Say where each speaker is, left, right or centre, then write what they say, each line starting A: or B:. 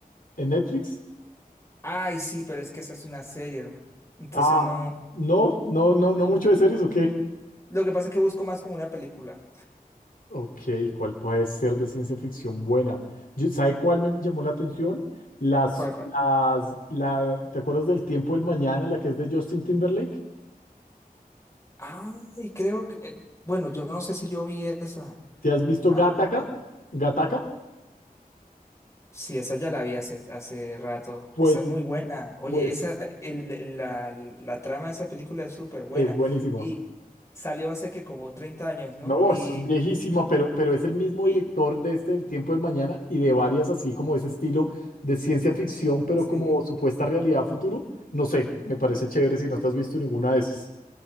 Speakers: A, on the left; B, on the left.
A: en Netflix?
B: Ay, sí, pero es que esa es una serie, hermano. Entonces,
A: Ah,
B: no.
A: no, no, no, no
B: n-
A: mucho de series o qué.
B: Lo que pasa es que busco más como una película.
A: Ok, ¿cuál puede ser de ciencia ficción buena? Yo- ¿sabe cuál me llamó la atención? Las,
B: ¿Cuál, cuál?
A: las, la, ¿te acuerdas del Tiempo del Mañana, la que es de Justin Timberlake?
B: Ay, creo que. eh, Bueno, yo no sé si yo vi esa.
A: ¿Te has visto
B: Ah,
A: Gattaca? ¿Gattaca?
B: Sí, esa ya la vi hace, hace rato.
A: Pues,
B: Esa es muy buena. Oye,
A: pues,
B: esa, el- la, la trama de esa película es súper buena.
A: es buenísima.
B: Y salió hace que como 30 años, ¿no?
A: No,
B: Y,
A: eso es viejísima, pero, pero es el mismo
B: y
A: director de este El Tiempo del Mañana y de varias así como ese estilo de ciencia ficción, pero
B: sí,
A: como supuesta realidad futuro. No sé, me parece chévere si no te has visto ninguna de esas.